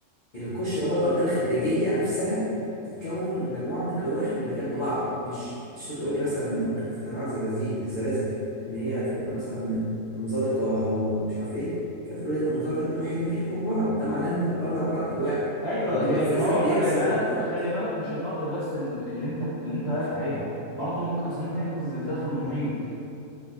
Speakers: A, on the left (about 80°); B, on the right (about 30°).
A: القشرة بقى الأرضية الخارجية نفسها تتكون من مجموعة من الألواح اللي جنب بعض مش مش تقول لي مثلا ممكن في أنواع الزلازل الزلازل إن هي تبقى مثلا منزلقة أو مش عارف إيه فتقول إن المنزلقة دي لوحين بيحكوا في بعض ده معناه إن الأرض عبارة عن ألواح
B: ايوه
A: ولا
B: لان
A: هو الزلزال
B: هو
A: بيكسر
B: خلي بالك
A: الأرض؟
B: خلي بالك مش الارض بس ال- اللي انت اللي انت واقف عليها برضه ممكن اصل ممكن يحصل زلزال في المحيط